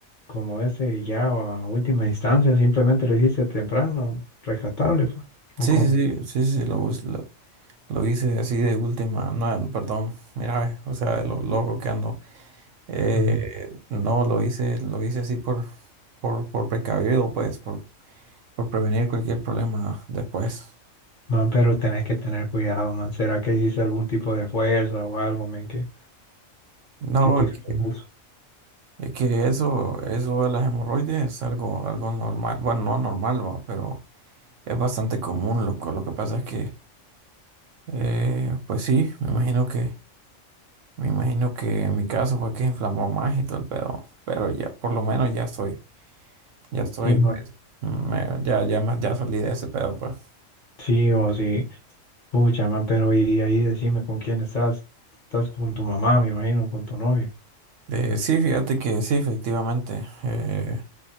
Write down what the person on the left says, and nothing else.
como ese ya a última instancia, simplemente lo hiciste temprano, rescatable fue, ¿o
cómo?
Ujú.
Man, pero tenés que tener cuidado, man. ¿Será que hiciste algún tipo de fuerza o algo, man, que,
que te
causó
eso?
Sí, man.
Sí, o sí. Pucha, man, pero y ahí decime con quién estás. Estás con tu mamá, me imagino, con tu novia.